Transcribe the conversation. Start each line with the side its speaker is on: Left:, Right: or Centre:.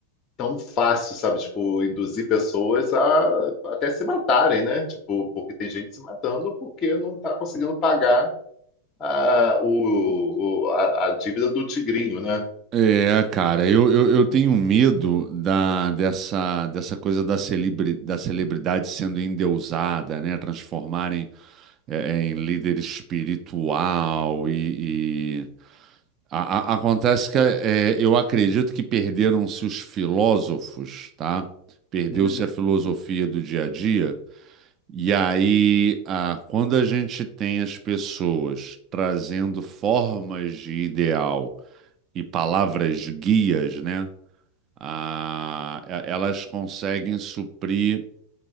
Left: tão fácil, sabe? Tipo, induzir pessoas a até se matarem, né? Tipo, porque tem gente se matando porque não está conseguindo pagar a, o, o- a, a dívida do tigrinho, né?
Right: é, cara, eu, eu, eu tenho medo da, dessa, dessa coisa da, celebri, da celebridade sendo endeusada, né? Transformarem é, em líder espiritual e- A- a- acontece que é, eu acredito que perderam-se os filósofos, tá? Perdeu-se
Left: Hum.
Right: a filosofia do dia a dia. E aí, a- quando a gente tem as pessoas trazendo formas de ideal e palavras guias, né? a- e- elas conseguem suprir